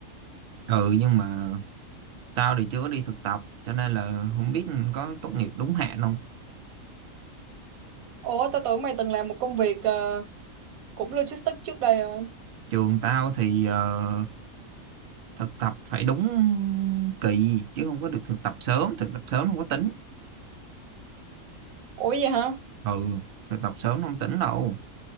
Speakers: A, on the right (about 60°); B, on the right (about 85°).
A: ừ nhưng mà tao thì chưa có đi thực tập cho nên là không biết có tốt nghiệp đúng hạn không
B: Ủa, tao tưởng mày từng làm một công việc ờ, cũng logistics trước đây rồi.
A: trường tao thì ờ, thực tập phải đúng kỳ chứ không có được thực tập sớm thực tập sớm không có tính
B: Ủa vậy hả?
A: ừ thực tập sớm không tính đâu